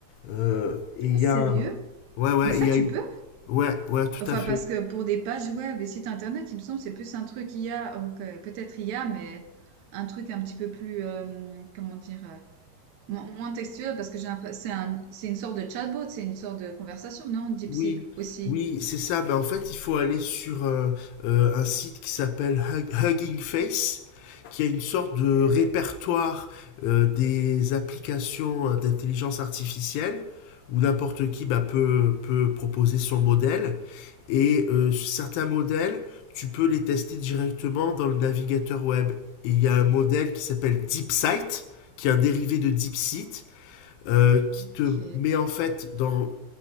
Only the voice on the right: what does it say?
Ah, sérieux?
Mais ça,
tu
peux?
Enfin,
parce que pour des pages web et sites internet, il me semble, c'est plus un truc I a. ok, peut-être I a, mais un truc un petit peu plus, euh, comment dire, euh, Mo- moins textuel parce que j'ai l'impression c'est un c'est une sorte de chatbot, c'est une sorte de conversation, non? DeepSeek
aussi.
Ok,
ok,